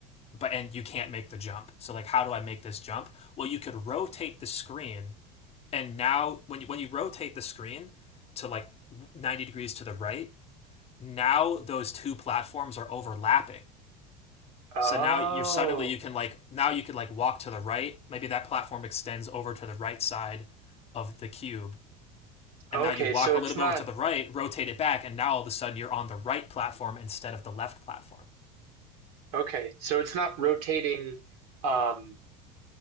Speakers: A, on the left; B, on the right.
A: but and you can't make the jump. So like how do I make this jump? Well, you could rotate the screen and now when you when you rotate the screen to like 90 degrees to the right, now those two platforms are overlapping.
B: Oh,
A: So now you're suddenly you can like now you could like walk to the right. Maybe that platform extends over to the right side of the cube and
B: okay.
A: now you walk
B: So
A: a
B: it's
A: little bit
B: not
A: over to the right, rotate it back, and now all of a sudden you're on the right platform instead of the left platform.
B: okay. So it's not rotating. Um,